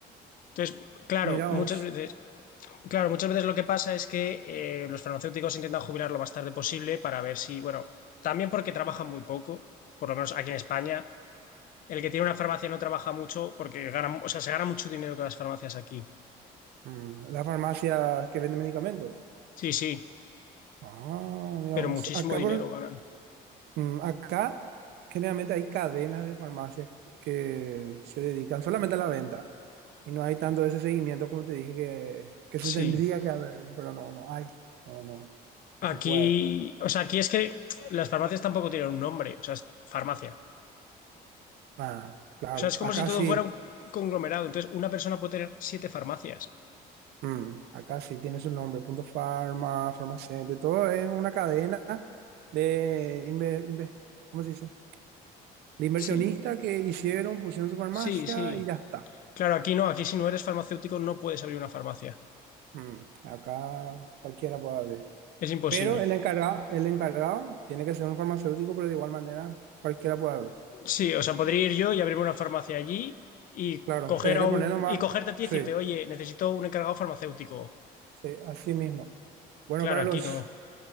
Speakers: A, on the left; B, on the right.
A: Entonces, claro,
B: mira
A: muchas
B: vos.
A: veces Claro, muchas veces lo que pasa es que eh, los farmacéuticos intentan jubilar lo más tarde posible para ver si, bueno, también porque trabajan muy poco, por lo menos aquí en España. El que tiene una farmacia no trabaja mucho porque gana, o sea, se gana mucho dinero con las farmacias aquí.
B: Mm, la farmacia que vende medicamentos.
A: Sí, sí,
B: Ah, mira
A: pero
B: vos.
A: muchísimo
B: Acá,
A: dinero
B: por,
A: ganan.
B: mm, acá generalmente hay cadenas de farmacias que se dedican solamente a la venta. Y no hay tanto de ese seguimiento como te dije que, que se
A: Sí.
B: tendría que haber, pero no, no hay. No, no, no se
A: Aquí,
B: puede.
A: o sea, aquí es que las farmacias tampoco tienen un nombre, o sea, es farmacia.
B: Ah, claro.
A: O sea, es como
B: Acá
A: si todo
B: sí.
A: fuera un conglomerado. Entonces, una persona puede tener siete farmacias.
B: Mm, acá sí tiene su nombre, Punto Farma, Farmacéutico, todo es una cadena de, inve- inve- ¿cómo se dice? De inversionistas
A: Sí,
B: que hicieron, pusieron su farmacia
A: sí, sí.
B: y ya está.
A: Claro, aquí no, aquí si no eres farmacéutico no puedes abrir una farmacia.
B: Mm, acá cualquiera puede abrir.
A: Es imposible.
B: Pero el encargado, el encargado tiene que ser un farmacéutico, pero de igual manera cualquiera puede abrir.
A: Sí, o sea, podría ir yo y abrirme una farmacia allí y
B: Claro,
A: coger
B: tenés
A: a
B: que
A: un,
B: poner nomás,
A: y cogerte a ti
B: sí,
A: y decirte, oye, necesito un encargado farmacéutico.
B: sí, así mismo. Bueno,
A: Claro,
B: Carlos,
A: aquí no,